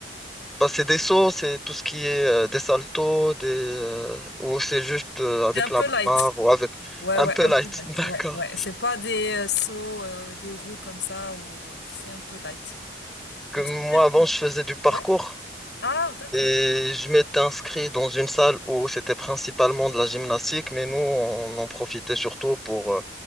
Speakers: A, in the centre; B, on the left.
A: Bah, c'est des sauts, c'est tout ce qui est euh, des saltos, des, euh, ou c'est juste euh, avec
B: C'est un peu
A: la
B: light.
A: barre ou avec
B: Ouais,
A: un
B: ouais,
A: peu
B: un
A: light.
B: peu light.
A: <laughs> D'accord.
B: Ouais, ouais. C'est pas des euh, sauts, euh, des roues comme ça, ou euh, c'est un peu light.
A: Que
B: Donc
A: moi,
B: c'est plus.
A: avant, je faisais du parcours
B: Ouais. Ah, d'accord.
A: et je m'étais inscrit dans une salle où c'était principalement de la gymnastique, mais nous, on en profitait surtout pour, euh,